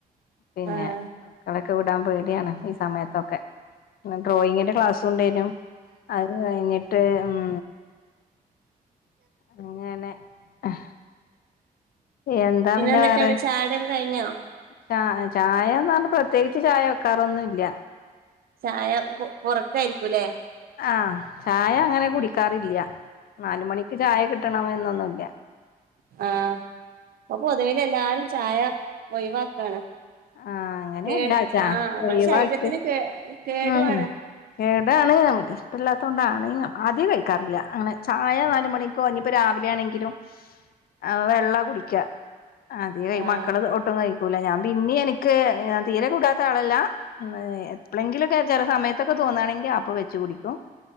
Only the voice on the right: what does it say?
ആഹ്
എന്തൊക്കെയാണ്
ചായുടിയൊക്കെ കഴിഞ്ഞോ
ചായ പുറ പുറത്തായിരിക്കും ലേ
ആ അപ്പൊ പൊതുവിൽ എല്ലാരും ചായ ഒഴിവാക്കാണ്
കേ ആഹ് നമ്മളെ
ശരീരത്തിന് കേ കേടുവാണ്
ആഹ്